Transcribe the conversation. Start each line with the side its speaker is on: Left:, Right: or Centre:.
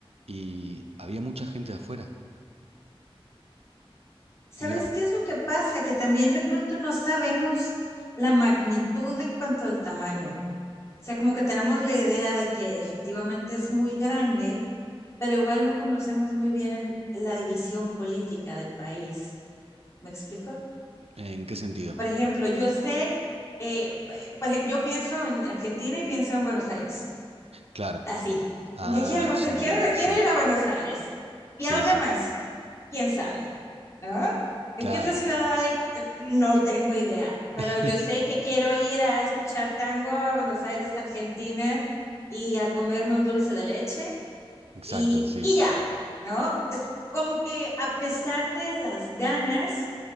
Right: y había mucha gente de afuera.
Left: ¿Sabes
Right: Y yo,
Left: qué es lo que pasa? Que también de pronto no sabemos la magnitud en cuanto al tamaño. O sea, como que tenemos la idea de que efectivamente es muy grande, pero igual no conocemos muy bien la división política del país. ¿Me explico?
Right: ¿en qué sentido?
Left: Por ejemplo, yo sé, eh, eh, por ej- yo pienso en Argentina y pienso en Buenos Aires,
Right: Claro.
Left: así.
Right: Ah,
Left: ¿Qué quiero conocer?
Right: ya entiendo,
Left: Quiero, quiero
Right: sí,
Left: ir a Buenos Aires. ¿Y
Right: sí,
Left: a dónde
Right: sí,
Left: más? ¿Quién sabe? ¿No? Es
Right: claro.
Left: que otra ciudad hay, Eh, no tengo idea, pero
Right: <laughs>
Left: yo sé que quiero ir a escuchar tango a Buenos Aires, Argentina, y a comerme un dulce de leche
Right: Exacto,
Left: y,
Right: sí.
Left: y ya, ¿no? Es como que a pesar de las ganas,